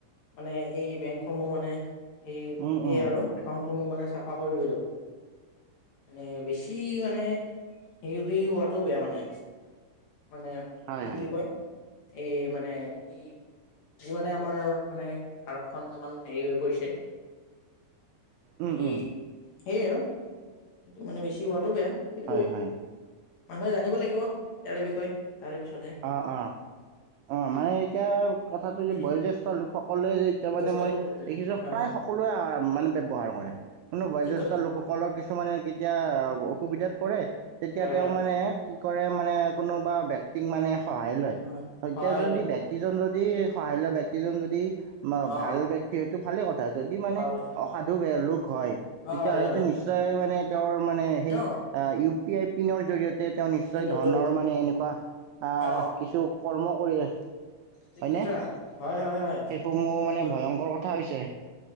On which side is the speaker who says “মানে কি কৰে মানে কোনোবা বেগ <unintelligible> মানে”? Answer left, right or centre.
Right